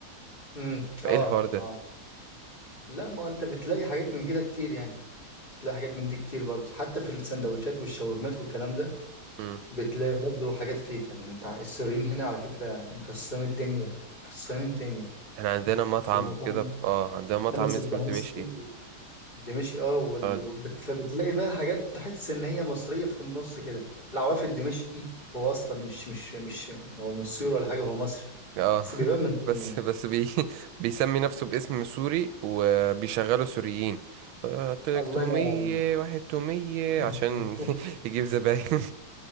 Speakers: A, on the left; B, on the right.
A: امم
B: فايه
A: اه
B: الحوار ده
A: اه لا ما انت بتلاقي حاجات من كده كتير يعني بتلاقي حاجات من دي كتير برضه حتى في السندوتشات والشاورمات والكلام ده
B: امم
A: بتلاقي برضه حاجات فيك يعني انت السوريين هنا على فكرة مكسرين الدنيا مكسرين الدنيا
B: احنا عندنا مطعم
A: في مطعم
B: كده اه عندنا مطعم
A: أنس
B: اسمه
A: الدمشقي
B: الدمشقي
A: الدمشقي اه وال...
B: اه
A: وبت-
B: د-
A: فبتلاقي بقى حاجات تحس إن هي مصرية في النص كده العواف الدمشقي هو أصلا مش مش مش هو مش سوري ولا حاجة هو مصري
B: اه
A: بس
B: <laughs>
A: بيبان من تاني
B: بس بس بي <laughs> بيسمي نفسه باسم سوري وبيشغلوا سوريين قلت لك
A: الله
B: تومية
A: ينور عليك
B: واحد تومية
A: <laughs>
B: عشان <laughs> يجيب زباين